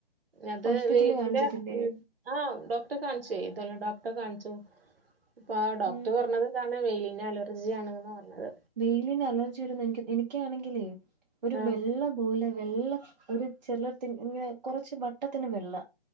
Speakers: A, on the right (about 65°); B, on the right (about 45°).
A: അത്
B: ഹോസ്പിറ്റലിൽ
A: വെയിലിന്റെ
B: കാണിച്ചിട്ടില്ലേ
A: ഉം ആഹ് ഡോക്ടറെ കാണിച്ചേ തൊലി ഡോക്ടറെ കാണിച്ചു ഇപ്പ ഡോക്ടറെ
B: ഉം
A: പറഞ്ഞത് താണ് വെയിലിന് അലർജിയണ് ന്ന പറഞ്ഞത്
B: വെയിലിന് അലർജി വരുന്ന എനിക്ക് എനിക്കാണെങ്കിലേ ഒരു
A: ആഹ്
B: വെള്ളം പലെ വെള്ള ഒരു ചെലട്ത് ഇങ്ങനെ കുറച്ച് വട്ടത്തിന് വെള്ള